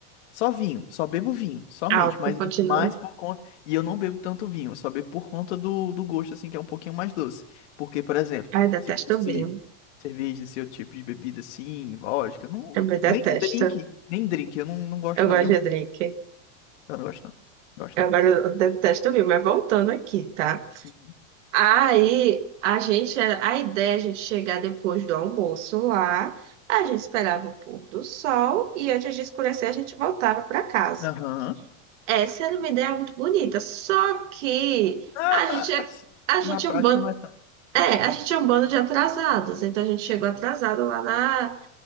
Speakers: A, on the left; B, on the right.
A: só vinho, só bebo vinho, somente,
B: Álcool,
A: mas
B: continua.
A: é mais por conta, e eu não bebo tanto vinho, eu só bebo por conta do, do gosto, assim, que é um pouquinho mais doce, porque, por exemplo,
B: Ai, eu detesto
A: se fosse
B: vinho,
A: cerveja, esse outro tipo de bebida, assim, vodka, não,
B: também detesto.
A: nem drink, nem drink, eu não, não gosto
B: Eu gosto
A: não, não,
B: de drink.
A: eu não gosto não, não gosto
B: Agora
A: não.
B: eu detesto ouvir, mas voltando aqui, tá?
A: Uhum.
B: Aí a gente, era- a ideia é a gente chegar depois do almoço lá, a gente esperava o pôr do sol e antes de escurecer a gente voltava para casa.
A: Aham,
B: Essa era uma ideia muito bonita, só que
A: Na,
B: a
A: na,
B: gente é,
A: assim,
B: a
A: na
B: gente
A: prática
B: é um bando,
A: não é tanto.
B: é, a gente é um bando de atrasados, então a gente chegou
A: Uhum.
B: atrasado lá na